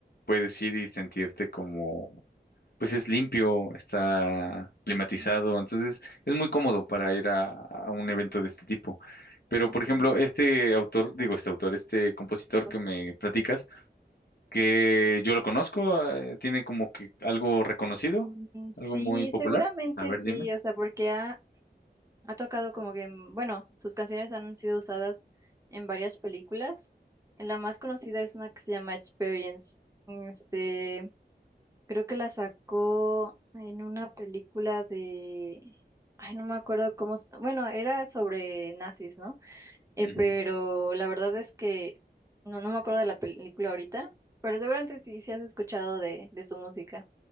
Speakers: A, on the left (about 65°); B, on the right (about 15°).
A: puedes ir y sentirte como, pues es limpio, está climatizado,
B: Mm,
A: entonces es muy cómodo para ir a, a un evento de este tipo. Pero, por
B: Sí,
A: ejemplo, este autor, digo, este autor, este compositor
B: como-
A: que me platicas, que yo lo conozco, eh, tiene como que algo reconocido,
B: Mm,
A: algo
B: Sí,
A: muy popular.
B: seguramente
A: A ver,
B: sí,
A: dime.
B: o sea, porque ha, Ha tocado como que, en- bueno, sus canciones han sido usadas en varias películas. En la más conocida es una que se llama Experience. Este, creo que la sacó en una película de, ay, no me acuerdo cómo, s- bueno, era sobre nazis, ¿no? Eh,
A: Ujú,
B: pero la verdad es que no, no me acuerdo de la película ahorita, pero seguramente sí, sí has escuchado de, de su música.